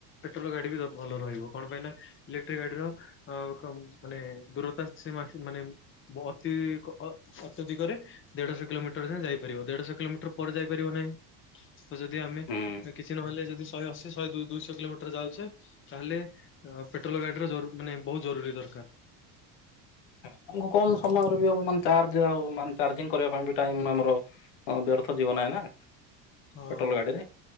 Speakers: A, on the left (about 25°); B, on the left (about 70°).
A: ପେଟ୍ରୋଲ ଗାଡି ବି ଭଲ ରହିବ କଣ ପାଇଁ ନା ଇଲେକ୍ଟ୍ରିକ ଗାଡିର ଆ କମ ମାନେ ଦୂରତା ସେମ ମାନେ ବହୁତି ଅ ଅତ୍ୟଧିକରେ ଦେଢଶହ କିଲୋମିଟର ଯାଏଁ ଯାଇପାରିବ ଦେଢଶହ କିଲୋମିଟର ପରେ ଯାଇପାରିବ ନାହିଁ। ତ ଯଦି ଆମେ
B: ହୁଁ।
A: କିଛି ନହେଲେ ଯଦି ଶହେ ଅଶୀ ଶହେ ଦୁ ଦୁଇଶହ କିଲୋମିଟର ଯାଉଛେ ତାହେଲେ ଅ ପେଟ୍ରୋଲ ଗାଡିର ଜରୁ ମାନେ ବହୁତ ଜରୁରୀ ଦରକାର।
B: ଆମକୁ କମ ସମୟରେ ବି ହବ ମାନେ ଚାର୍ଜ ଆଉ ମାନେ ଚାଜିଂଙ୍ଗି କରିବା ପାଇଁ ଟାଇମ ଆମର ହଁ ବ୍ୟର୍ଥ ଯିବ ନାହିଁ ନା ପେଟ୍ରୋଲ
A: ହଁ
B: ଗାଡ଼ିରେ।